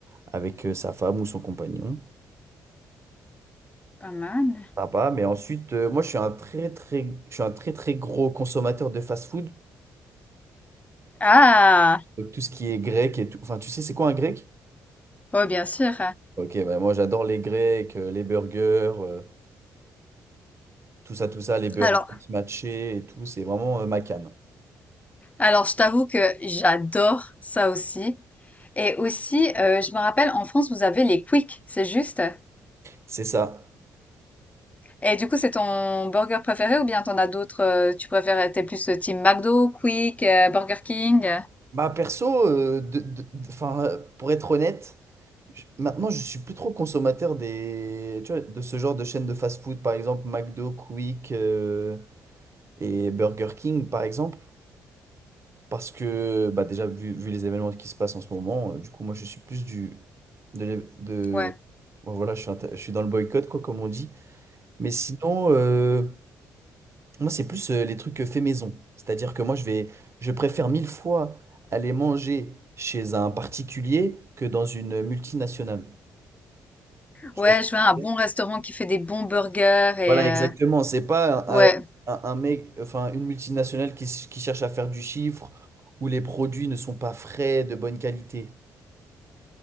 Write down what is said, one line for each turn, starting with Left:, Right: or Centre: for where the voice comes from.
Right: avec euh, sa femme ou son compagnon.
Left: Pas mal.
Right: sympa. Mais ensuite, euh, moi, je suis un très, très, je suis un très, très gros consommateur de fast-food.
Left: Ah!
Right: Donc, tout ce qui est grec et tout. Enfin, tu sais, c'est quoi un grec?
Left: Oh, bien sûr.
Right: Ok, bah, moi, j'adore les grecs, euh, les burgers, euh, tout ça, tout ça, les burgers
Left: Alors,
Right: matchés et tout. C'est vraiment euh, ma came.
Left: alors je t'avoue que j'adore ça aussi. Et aussi, euh, je me rappelle, en France, vous avez les Quick, c'est juste?
Right: C'est ça.
Left: Et du coup, c'est ton burger préféré ou bien t'en as d'autres, euh, tu préfères, t'es plus euh, team McDo, Quick, euh, Burger King? euh,
Right: Bah, perso, euh, de, de- de- 'fin, euh, pour être honnête, je- maintenant, je suis plus trop consommateur des, tu vois, de ce genre de chaînes de fast-food, par exemple, McDo, Quick, euh, et Burger King, par exemple. Parce que bah déjà, vu, vu les événements qui se passent en ce moment, euh, du coup, moi, je suis plus du... De, l'é- de-
Left: Ouais.
Right: bon, voilà, je suis, inté- je suis dans le boycott, quoi, comme on dit. Mais sinon, euh, moi, c'est plus euh, les trucs euh, faits maison. C'est-à-dire que moi, je vais, je préfère mille fois aller manger chez un particulier que dans une multinationale. Tu
Left: Ouais,
Right: vois ce que
Left: je veux un
Right: je veux dire
Left: bon restaurant qui fait des bons burgers et,
Right: Voilà,
Left: euh,
Right: exactement. C'est pas
Left: ouais.
Right: un, un- un mec, enfin, une multinationale qui, s- qui cherche à faire du chiffre, où les produits ne sont pas frais, de bonne qualité.